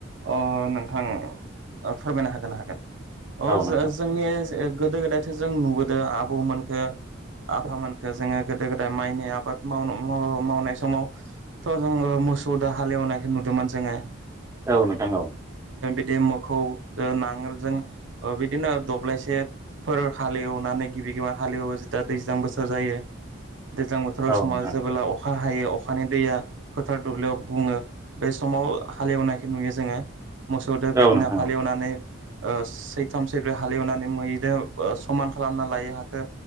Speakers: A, on the right; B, on the right.
A: अ नोंथां फोरमायनो हागोन हागोन। अ
B: औ
A: जो-जोंनि
B: नोंथां
A: गोदो गोदायथो जों नुबोदों आबौमोनखो आफामोनखो जोङो गोदो गोदाय माइनि आबाद मावनो माव-मावनाय समाव। थ' जोङो मोसौ दा हालेवनायखौ नुदोंमोन जोङो।
B: औ नोंथां औ।
A: बे मोखौ ओ नांगोलजों ओ बिदिनो दब्लायसेफोर हालेवनानै गिर <unintelligible> हालेवो जे दा दैज्लां बोसोर जायो। दैज्लां बोथोराव
B: औ
A: समा
B: नोंथां
A: जेबोब्ला अ खा हायो अखानि दैया फोथार दुब्लियाव बुङो बे समाव हालेवनाय नुयो जोङो। मोसौदो बिदिनो
B: औ नोंथां
A: हालेवनानै
B: औ
A: ओ सैथाम सैब्रै हालेवनानै मैदो ओ समान खालामना लायो हाखो।